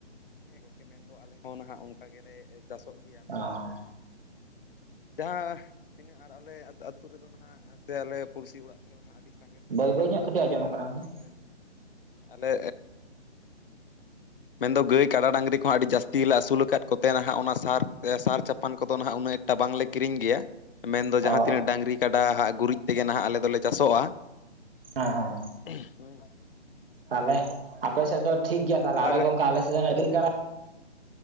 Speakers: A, on the left; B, on the right.
A: ᱦᱮᱸ ᱜᱚᱝᱠᱮ ᱢᱮᱱᱫᱚ ᱟᱞᱮ ᱦᱚᱸ ᱱᱟᱦᱟᱜ ᱚᱱᱠᱟ ᱜᱮ ᱞᱮ ᱪᱟᱥᱚᱜ ᱜᱮᱭᱟ
B: ᱚ
A: ᱢᱮᱱᱫᱚ ᱡᱟᱦᱟᱸ ᱛᱤᱱᱟᱹᱜ ᱟᱨ ᱟᱞᱮ ᱟᱹᱛᱩᱳ ᱨᱮᱫᱚ ᱱᱟᱦᱟᱜ ᱥᱮ ᱟᱞᱮ ᱯᱩᱲᱥᱤ ᱚᱲᱟᱜ ᱫᱚᱱᱟᱜ ᱟᱹᱰᱤ ᱥᱟᱸᱜᱮ ᱥᱟᱸᱜᱮ
B: ᱵᱟᱹᱭ ᱵᱟᱹᱭ ᱧᱚᱜ ᱠᱟᱹᱴᱤᱡ
A: ᱜᱟᱹᱭ
B: ᱟᱸᱡᱚᱢᱚᱜ
A: ᱠᱟᱰᱟ
B: ᱠᱟᱱᱟ
A: ᱰᱟᱝᱨᱤ
B: ᱜᱚᱝᱠᱮ
A: ᱠᱚᱞᱮ ᱟᱞᱮ ᱢᱮᱱᱫᱚ ᱜᱟᱹᱭ ᱠᱟᱰᱟ ᱰᱟᱝᱨᱤ ᱠᱚᱦᱚᱸ ᱟᱹᱰᱤ ᱡᱟᱹᱥᱛᱤ ᱞᱮ ᱟᱹᱥᱩᱞ ᱟᱠᱟᱫ ᱠᱚᱛᱮ ᱱᱟᱦᱟᱜ ᱚᱱᱟ ᱥᱟᱨ ᱥᱟᱨ ᱪᱟᱯᱟ ᱯᱟᱱ ᱠᱚᱫᱚ ᱱᱟᱦᱟᱜ ᱩᱱᱟᱹᱜ ᱮᱴᱟ ᱵᱟᱝᱞᱮ ᱠᱤᱨᱤᱧ ᱜᱮᱭᱟ ᱢᱮᱱᱫᱚ
B: ᱚ
A: ᱡᱟᱦᱟᱸ ᱛᱤᱱᱟᱹᱜ ᱰᱟᱹᱟᱝᱜᱨᱤ ᱠᱟᱰᱟ ᱜᱩᱨᱤᱡ ᱛᱮᱜᱮ ᱱᱟᱦᱟᱜ ᱟᱞᱮ ᱫᱚᱞᱮ ᱪᱟᱥᱚᱜᱼᱟ
B: ᱦᱚᱸ ᱦᱚᱸ
A: <unintelligible>
B: ᱛᱟᱦᱚᱞᱮ ᱟᱯᱮ ᱥᱮᱫ ᱫᱚ ᱴᱷᱤᱠ ᱜᱮᱭᱟ ᱛᱟᱦᱚᱞᱮ ᱟᱞᱮ
A: ᱟᱨ
B: ᱫᱚ ᱚᱱᱠᱟ ᱟᱞᱮ ᱥᱮᱫ ᱫᱚ ᱜᱟ. ᱭ